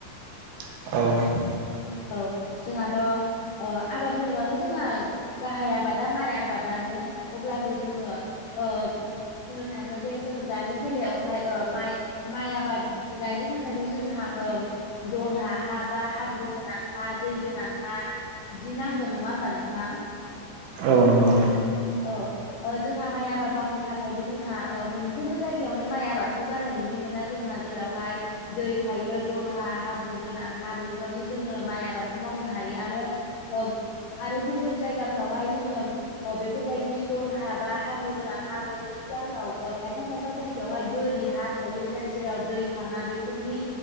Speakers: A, on the right (about 80°); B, on the left (about 80°).
A: औ।
B: औ जोंहाथ' ओ आबाद होनोबाथ' जोंहा गाहाय आबादा माइ आबादानो अब्लाबो जोङो ओ बुंनो थाङो जे जों दानि बेलायावहाय माइ माइ आबाद गायनो थाखायथ' जोंहा ओ दला हा बा हाब्रु गोनां हा दै गोनां हा बिदि नांगोन नङा होमबा नोंथां।
A: औ नंगौ।
B: औ। ओ जोंहा माइ आबाद मावनो थाखायबो जोंहा ओ मोनफ्रोमबो जायगायावनो माइ आबादखौ जानाय नुनो मोना जोंहा जेरावहाय दै थायो दलहा हाब्रु गोनां हा बेफोरावसो जोङो माइ आबादखौ मावनो हायो आरो औ आरो गुबुन जायगाफ्रावहाय जोङो ओ बे बेफोरबायदि दल हा बा हाब्रु गोनां हा मोनैनि जाहोनाव खायफा खायफा जायगायावहाय बोरि हा थायो जाय जेराव दै थाङा बेफोरनि